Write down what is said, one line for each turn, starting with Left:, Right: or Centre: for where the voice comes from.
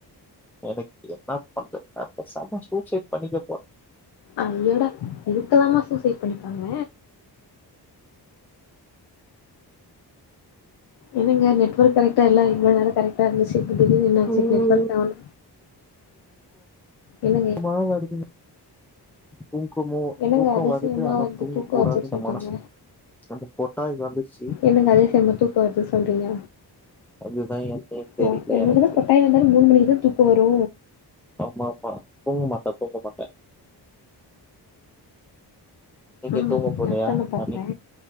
Centre: எனக்கு என்ன பண்றது நா பேசாம சூசைட் பண்ணிக்க போறே
Left: ஐய்யோடா இதுக்கெலாமா சூசைட் பண்ணிப்பாங்க என்னங்க நெட்வொர்க் கரக்டா இல்ல இவ்ளோ நேரோ கரக்டா இருந்துச்சி இப்போ திடீர்னு என்ன ஆச்சி
Centre: எனக்கு
Left: நெட்வர்க் ஆவ் என்னங்க
Centre: ஆ வருதுங்க தூக்கமோ
Left: என்னங்க
Centre: தூக்கோ
Left: அதிசயமா
Centre: வருது ஆனா
Left: வந்து
Centre: தூங்க
Left: தூக்கோ
Centre: கூடாது
Left: வருதுன்னு
Centre: இந்த
Left: சொல்றீங்க
Centre: மனசு ரெண்டு கொட்டாயி வந்திருச்சி
Left: என்னங்க அதிசயமா தூக்கோ வருதுன்னு சொல்றீங்க
Centre: அதுதா ஏன்னே தெரில
Left: ஓ உங்களுக்குதா
Centre: எனக்கே
Left: கொட்டாய் வந்தாலு மூணு மணிக்குதா தூக்கோ வரு
Centre: ஆமா ஆமா தூங்க மாட்டே தூங்க மாட்டே நீங்க
Left: ஆ
Centre: தூங்க போலயா
Left: அதான பாத்தே
Centre: மணி